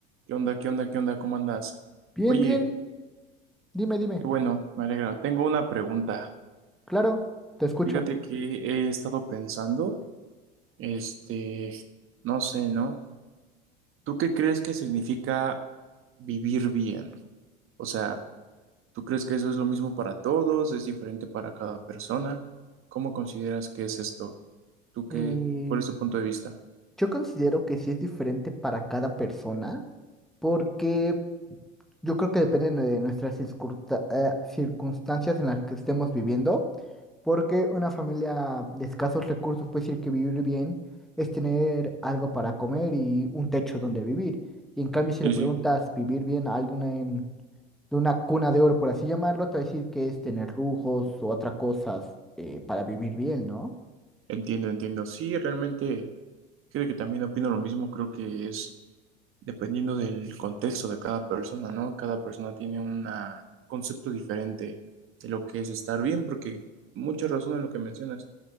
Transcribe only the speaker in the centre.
Bien,
bien, dime, dime.
Claro, te escucho.
Eh,
yo considero que sí es diferente para cada persona, porque yo creo que depende de nuestras circunsta- eh, circunstancias en las que estemos viviendo, porque una familia de escasos recursos puede decir que vivir bien es tener algo para comer y un techo donde vivir. Y en cambio, si
le preguntas
vivir bien a alguien en- de una cuna de oro, por así llamarlo, te va a decir que es tener lujos o otras cosas eh, para vivir bien, ¿no?